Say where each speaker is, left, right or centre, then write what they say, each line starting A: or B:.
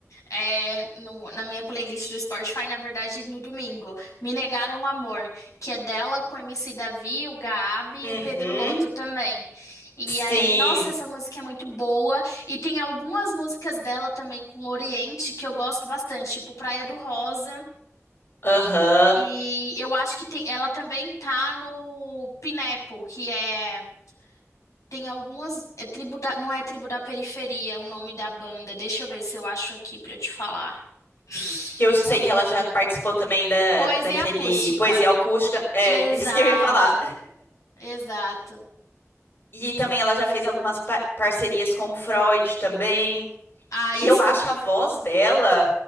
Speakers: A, on the left (about 85°); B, on the left (about 45°).
A: é, no- na minha playlist do Spotify, na verdade, no domingo. Me Negaram Amor, que é dela com o MC Davi, o Gabi
B: Uhum.
A: e o Pedro Lotto também. E
B: Sim.
A: aí, nossa, essa música é muito boa. E tem algumas músicas dela também com o Oriente que eu gosto bastante, tipo Praia do Rosa.
B: Aham.
A: E eu acho que tem, ela também tá no Pineapple, que é. Tem algumas. É tribo da, não é tribo da periferia, é o nome da banda. Deixa eu ver se eu acho aqui pra eu te falar.
B: Hum. Que eu sei
A: Não.
B: que ela já participou também da,
A: Poesia
B: daquele
A: acústica.
B: Poesia Acústica. É,
A: Exato,
B: <laughs> isso que eu ia falar.
A: exato.
B: E também ela já fez algumas pa- parcerias com o Freud também.
A: Ah,
B: E
A: esse.
B: eu acho
A: eu-
B: a voz dela